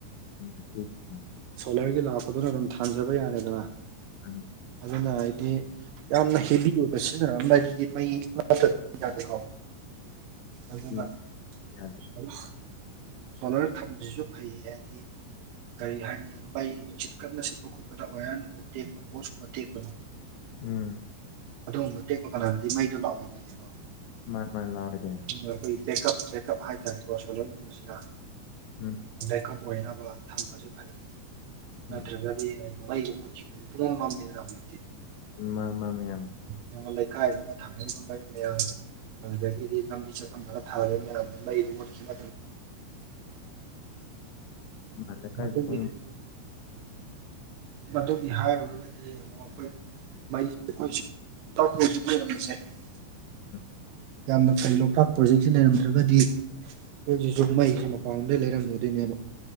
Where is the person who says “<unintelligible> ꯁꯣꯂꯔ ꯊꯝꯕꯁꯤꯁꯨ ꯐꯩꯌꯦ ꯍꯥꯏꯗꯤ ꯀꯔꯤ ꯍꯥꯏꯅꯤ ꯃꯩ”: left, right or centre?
Right